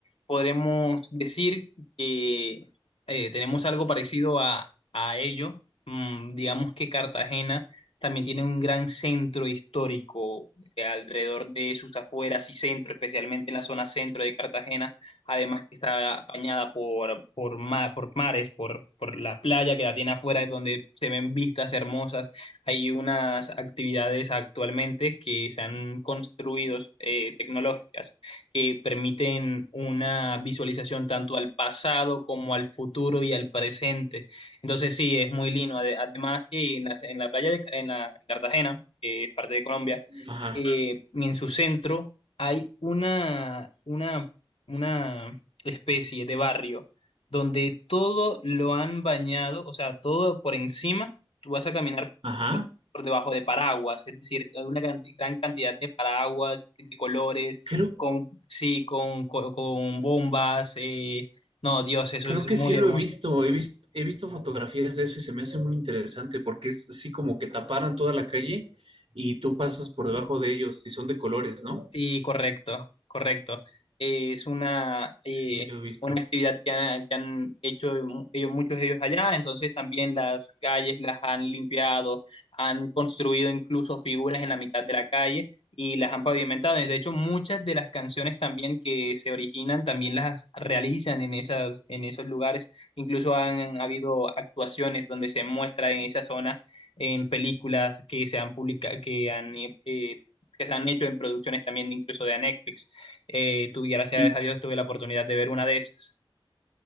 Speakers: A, on the left (about 85°); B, on the right (about 80°).
A: podremos decir que eh, tenemos algo parecido a, a ello. Mm, digamos que Cartagena también tiene un gran centro histórico eh, alrededor de sus afueras y centro, especialmente en la zona centro de Cartagena, además que está bañada por, por, ma- por mares, por, por la playa que la tiene afuera, donde se ven vistas hermosas hay unas actividades actualmente que se han construido eh, tecnológicas que permiten una visualización tanto al pasado como al futuro y al presente. Entonces sí, es muy lindo. Ade- Además que en la, en la playa de Ca- en la en Cartagena, que es parte de Colombia,
B: Ajá,
A: eh, en su centro hay una, una, una especie de barrio donde todo lo han bañado, o sea, todo por encima. Tú vas a caminar
B: ajá.
A: por, por debajo de paraguas, es decir, hay una canti- gran cantidad de paraguas de colores,
B: Creo
A: con, sí, con, con, con bombas. eh, no, Dios, eso
B: Creo
A: es
B: que
A: muy
B: sí lo
A: hermoso.
B: he visto, he visto, he visto fotografías de eso y se me hace muy interesante porque es así como que taparan toda la calle y tú pasas por debajo de ellos y son de colores, ¿no?
A: Sí, correcto, correcto. Eh, es una,
B: Sí,
A: eh,
B: lo he visto.
A: una actividad que han, que han hecho mu- ellos- muchos de ellos allá, entonces también las calles las han limpiado, han construido incluso figuras en la mitad de la calle y las han pavimentado. De hecho, muchas de las canciones también que se originan también las realizan en esas, en esos lugares. Incluso han habido actuaciones donde se muestra en esa zona en películas que se han publicado, que han eh, eh, que se han hecho en producciones también incluso de Netflix. Eh, tú, gracias
B: Y,
A: a Dios, tuve la oportunidad de ver una de esas.